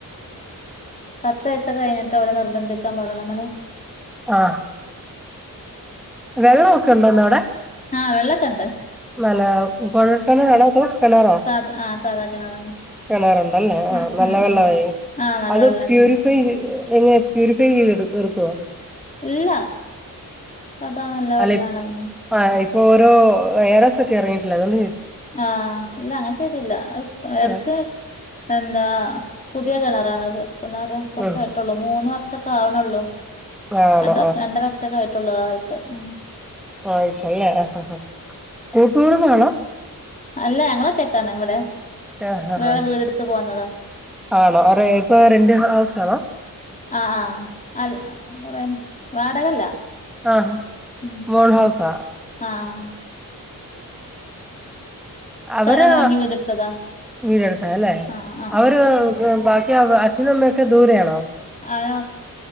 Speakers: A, on the left; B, in the centre.
A: പത്ത് വയസക്കെ കഴിഞ്ഞിട്ട് അവരെ നിർബന്ധിക്കാൻ പാടുള്ളൂമ്മള്
B: ആ വെള്ളമൊക്കെ ഉണ്ടോന്ന്ോ അവിടെ
A: ആഹ് വെള്ളക്കണ്ട്
B: മല്ല കൊ കനറണോത്ത കനറോ
A: സാധ ആഹ് സാധാ കിണറന്നെ
B: കാണാറുണ്ടല്ലേ ആ
A: ഉം
B: നല്ല
A: ഉം
B: വെള്ളമായി
A: ഉം ആഹ് നല്ല
B: അത്
A: വെള്ളന്നെ
B: പ്യൂരിഫൈ എങ്ങനെ പ്യൂരിഫൈ ചെയ്ത് എടുക്കുവോ
A: ഇല്ല സാധാ നല്ല വെള്ളാണ്
B: അല്ല ആ് ഇപ്പൊ ഓരോ ഏറെ സത്തി ഇറങ്ങിയിട്ടില്ല അതുകൊണ്ട്
A: ആഹ ഇല്ല അങ്ങനെ ചെയ്തില്ല എടക്ക്
B: ആഹ്
A: എന്താ പുതിയ കിണറാണ് ഇപ്പ നേേര കുറച്ചായിട്ടുള്ളൂ
B: ഉം
A: മൂന്ന് വർഷൊക്കെ ആവണള്ളോ
B: ആണോ
A: രണ്ട വർഷം രണ്ടര വർഷൊക്കെ ആയിട്ടുള്ളൂ ആയിട്ട് ഉ
B: ആയിച്ചല്ലേ ആ കൂട്ടുകടും വേണോ
A: അല്ല ഞങ്ങള തേക്കാണ് ഇവിടെ
B: ആഹ് ആഹ്
A: വേറെ വീടെടുത്ത് പോന്നതാ
B: ആണോ ഇപ്പൊ റെന്റ് ഹൗസ് ആണോ
A: ആഹ ആഹ അല്ല പറയ വാടകല്ല
B: ആഹ
A: ആഹ്
B: മോന് ഹൗസ ആ
A: ആഹ് സ്ഥലം
B: അവര്
A: വാങ്ങി വീടെടുത്തതാ
B: വീടെടുത്തല്ലേ
A: ആഹ് ആഹ്
B: അവര്ാക്ക അ അച്ഛന്മ്മയൊക്കെ ദൂര ആണോ
A: ആ